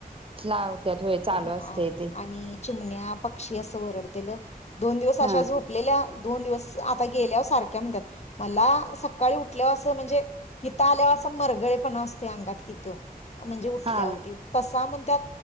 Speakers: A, on the right; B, on the left.
A: लावत्यात होय चालू
B: अ
A: असतंय ते.
B: आणि चिमण्या पक्षी असं वरडतेलं. दोन दिवस अशा
A: हा
B: झोपलेल्या दोन दिवस आता गेल्यावर सारख्या म्हणतात मला सकाळी उठल्या असं म्हणजे हित आल्यावर मरगळे पणा असतोय अंगात हिथं. म्हणजे उठल्यावरती
A: हा
B: तसा म्हण त्यात